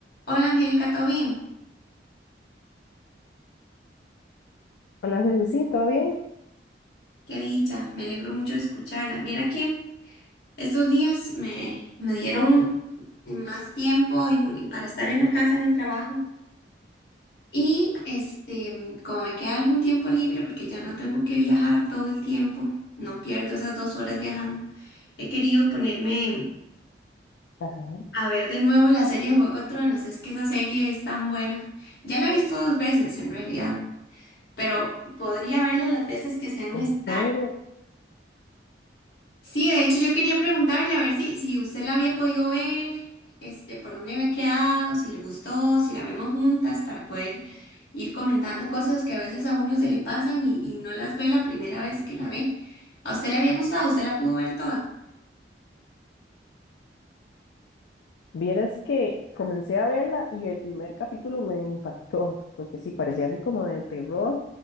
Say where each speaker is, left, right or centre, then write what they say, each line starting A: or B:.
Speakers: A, on the left; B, on the left.
A: Hola Angélica, ¿todo bien?
B: Hola, Celecy, ¿todo bien?
A: Qué dicha, me alegro mucho de escucharla. Viera que estos días me, me dieron más tiempo en- para estar en la casa, en el trabajo. Y este, como me queda algún tiempo libre, porque ya no tengo que viajar todo el tiempo, no pierdo esas dos horas viajando, he querido ponerme
B: Ajá.
A: a ver de nuevo la serie de Juego de Tronos. Es que esa serie es tan buena. Ya la he visto dos veces en realidad, pero podría verla las veces que sean
B: En
A: necesarias.
B: serio.
A: Sí, de hecho yo quería preguntarle a ver si, si usted la había podido ver, este, por dónde había quedado, si le gustó, si la vemos juntas para poder ir comentando cosas que a veces a uno se le pasan y, y no las ve la primera vez que la ve. ¿A usted le había gustado? ¿Usted la pudo ver toda?
B: Vieras que comencé a verla y el primer capítulo me impactó, porque sí, parecía así como de terror.